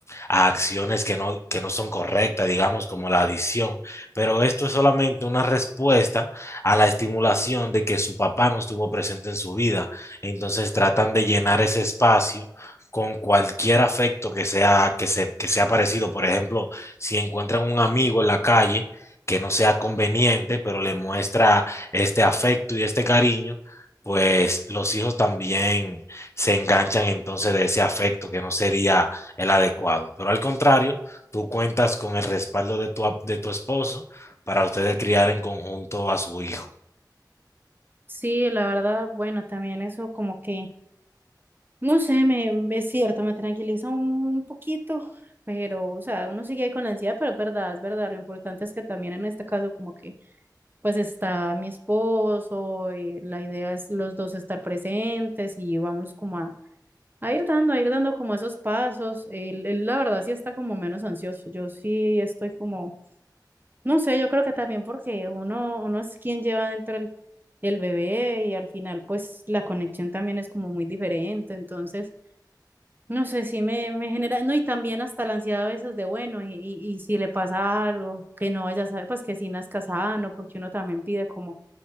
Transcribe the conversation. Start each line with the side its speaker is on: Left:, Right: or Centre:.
Left: a acciones que no, que no son correctas, digamos, como la adicción, pero esto es solamente una respuesta a la estimulación de que su papá no estuvo presente en su vida. Entonces tratan de llenar ese espacio con cualquier afecto que sea, que se, que sea parecido. Por ejemplo, si encuentran un amigo en la calle que no sea conveniente, pero le muestra este afecto y este cariño, pues los hijos también se enganchan entonces de ese afecto que no sería el adecuado. Pero al contrario, tú cuentas con el respaldo de tu, de tu esposo para ustedes criar en conjunto a su hijo.
Right: Sí, la verdad, bueno, también eso como que, no sé, me, me- es cierto, me tranquiliza un poquito, pero, o sea, uno sigue ahí con la ansiedad, pero es verdad, es verdad, lo importante es que también en este caso como que, pues está mi esposo, y la idea es los dos estar presentes y vamos como a, a ir dando, a ir dando como esos pasos, él, él, la verdad sí está como menos ansioso, yo sí estoy como no sé, yo creo que también porque uno, uno es quien lleva dentro el, el bebé y al final pues la conexión también es como muy diferente, entonces no sé si me, me genera, no, y también hasta la ansiedad a veces de bueno, y, y, y si le pasa algo, que no vaya a saber, pues que si nazca sano, porque uno también pide como